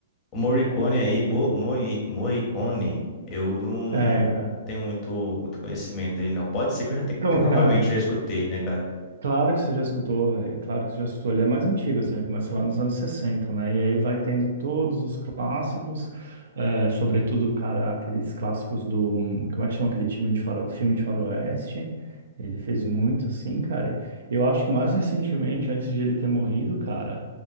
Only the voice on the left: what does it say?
O Morricone aí, Mo, Mori- Morricone, eu não
tenho muito, muito conhecimento dele, não. Pode ser que eu já tenha,
<laughs> provavelmente
já escutei, né, cara?